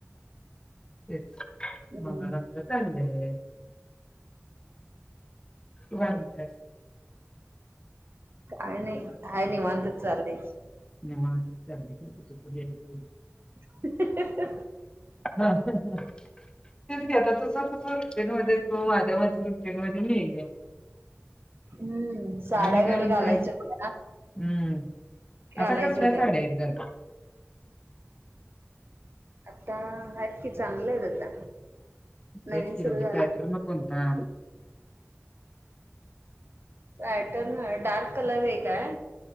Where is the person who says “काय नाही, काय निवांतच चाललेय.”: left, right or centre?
Right